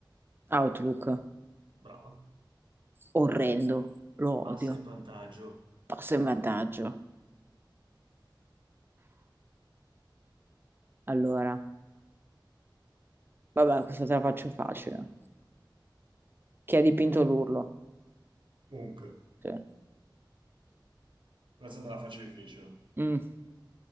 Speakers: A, on the right (about 25°); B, on the right (about 85°).
A: Outlook,
B: Brava.
A: orrendo, lo
B: Passa
A: odio,
B: in vantaggio.
A: passo in vantaggio. Allora, vabbè, questa te la faccio facile. Chi ha dipinto l'urlo?
B: Comunque,
A: Sì.
B: questa te la faccio difficile.
A: Mm.